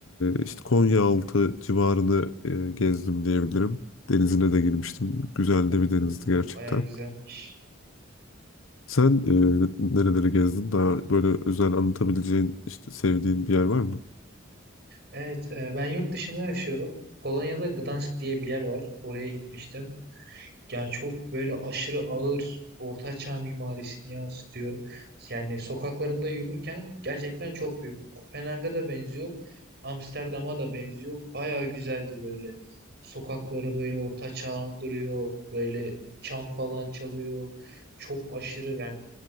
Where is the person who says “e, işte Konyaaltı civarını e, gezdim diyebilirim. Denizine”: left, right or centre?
Left